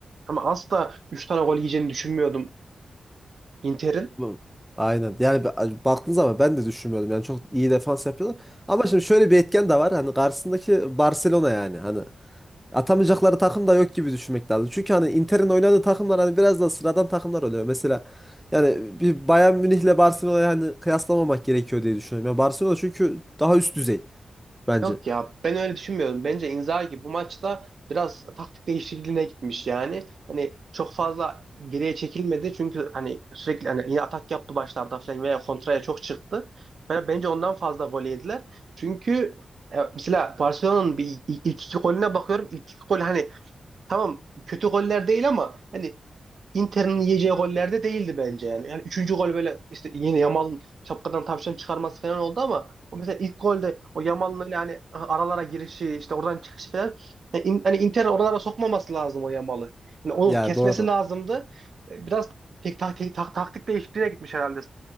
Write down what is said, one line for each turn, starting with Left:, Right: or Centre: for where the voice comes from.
Right: Ama asla 3 tane gol yiyeceğini düşünmüyordum Inter'in.
Centre: Bu- Aynen. Yani ba- baktığın zaman ben de düşünmüyordum. Yani çok iyi defans yapıyorlar. Ama şimdi şöyle bir etken de var. Hani karşısındaki Barcelona yani. Hani atamayacakları takım da yok gibi düşünmek lazım. Çünkü hani Inter'in oynadığı takımlar hani biraz da sıradan takımlar oluyor. Mesela yani bir Bayern Münih'le Barcelona'yı hani kıyaslamamak gerekiyor diye düşünüyorum. Ya Barcelona çünkü daha üst düzey bence.
Right: Yok ya ben öyle düşünmüyorum. Bence Inzaghi bu maçta biraz taktik değişikliğine gitmiş yani. Hani çok fazla geriye çekilmedi çünkü hani sürekli hani yine atak yaptı başlarda falan veya kontraya çok çıktı. Ben- Bence ondan fazla gol yediler. Çünkü e, mesela Barcelona'nın bir ilk iki golüne bakıyorum. İlk iki gol hani tamam kötü goller değil ama hani Inter'in yiyeceği gollerde değildi bence yani. Yani üçüncü gol böyle işte yine Yamal'ın şapkadan tavşan çıkarması falan oldu ama o mesela ilk golde o Yamal'ın öyle hani aralara girişi işte oradan çıkışı falan yani in- hani Inter oralara sokmaması lazım o Yamal'ı. Yani onu
Centre: Ya
Right: kesmesi
Centre: doğru.
Right: lazımdı. E, Biraz tek, tak- tek- tak- taktik değişikliğine gitmiş herhalde